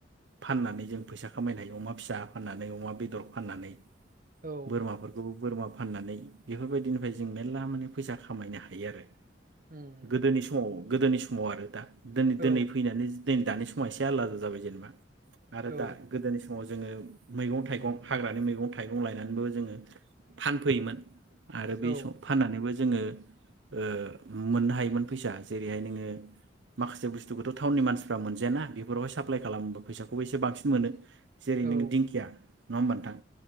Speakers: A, on the right (about 80°); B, on the right (about 50°).
A: फाननानै जों फैसा खामायनो हायो अमा फिसा फाननानै अमा बेदर फाननानै
B: औ
A: बोरमाफोरखौ बोरमा फाननानै बेफोरबायदिनिफ्राय जों मेल्ला माने फैसा खामायनो हायो आरो
B: उम उम
A: गोदोनि समाव गोदोनि समाव आरो दा दोनै दोनै
B: औ
A: फैनानै दिनै दानि समाव एसे आलादा जाबाय जेनेबा आरो
B: औ
A: दा गोदोनि जोंङो मैगं थाइगं हाग्रानि मैगं थाइगं थाइगं लायनानैबो जोंङो फानफैयोमोन आरो बे
B: औ
A: सम फाननानैबो जोंङो ओ मोननो हायोमोन फैसा जेरैहाय जोंङो माखासे बुस्थुखौथ टाउननि मानसिफ्रा मोनजायाना बेफोरावहाय साप्लााय खालामो फैसाखौबो एसे बांसिन मोनो जो जेरै
B: औ
A: नों दिंखिया नङा होनबा नोंथां